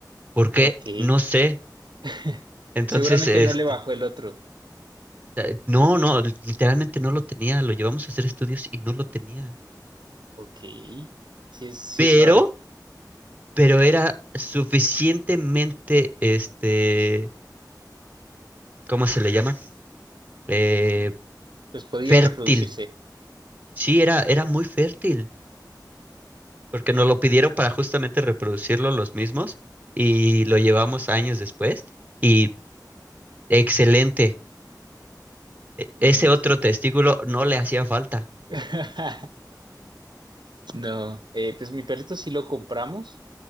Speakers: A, on the right; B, on the right.
A: ¿Por qué?
B: Ok.
A: No sé.
B: <laughs>
A: Entonces,
B: Seguramente
A: este,
B: no le bajó el otro.
A: eh, no, no, literalmente no lo tenía. Lo llevamos a hacer estudios y no lo tenía.
B: Ok, sí es, sí
A: Pero,
B: es raro.
A: pero era suficientemente, este, ¿cómo se le llama? Eh,
B: Pues podía
A: fértil.
B: reproducirse.
A: Sí, era, era muy fértil, porque nos lo pidieron para justamente reproducirlo los mismos y lo llevamos años después y excelente.
B: No,
A: Ese
B: ok.
A: otro testículo no le hacía falta.
B: <laughs> No, eh, pues mi perrito sí lo compramos,